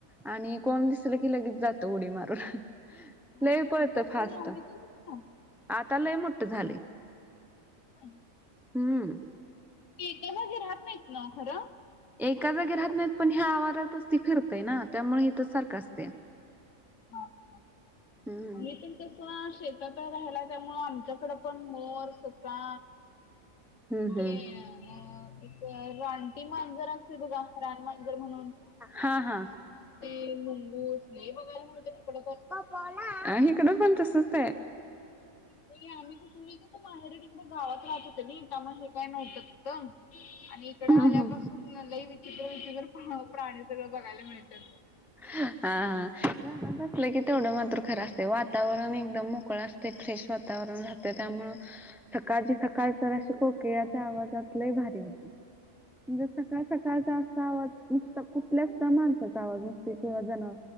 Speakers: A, in the centre; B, on the left.
A: आणि कोण दिसल की लगेच जातं उडी मारून लय
B: म्हणजे
A: पळतंय
B: अजूनही
A: फास्ट
B: आहेत तसं
A: आता लय मोठं झालंय.
B: हंम्म
A: हम्म
B: ते एका जागी रहात नाहीत ना खरं?
A: एका जागी राहत नाहीत, पण ह्या आवारातच ते फिरतय ना त्यामुळं इथंच सारखं असतया.
B: हा हा.
A: हम्म
B: आम्ही पण कस शेतात राहिला त्यामुळं आमच्या तिकडं पण मोर, ससा
A: हम्म
B: ते
A: हम्म
B: अ एक रानटी मांजर अस ते बघा रान मांजर म्हणून
A: हा हा
B: ते मुंगूस लई बघायला मिळत तिकडं पण.
A: हा हिकडं पण तसंच हाय.
B: मी आम्ही तुम्ही तसं बाहेर तिकडे गावात राहत होते मी त्यामुळं हे काय नव्हतं तिथं आणि इकडं
A: हम्म
B: आल्यापासून लई विचित्र विचित्र प्राणी सगळं बघायला मिळत्यात.
A: आ हा रानात असलं की तेवढं मात्र खरं असते वातावरण एकदम मोकळा अस ते फ्रेश वातावरण राहतंय त्यामुळं सकाळची सकाळ तर अशी कोकिळाच्या आवाजात लय भारी होती. म्हणजे सकाळ सकाळचा असा आवाज नुसतं कुठल्याच काय माणसांचा आवाज नसतोय किंवा जनावर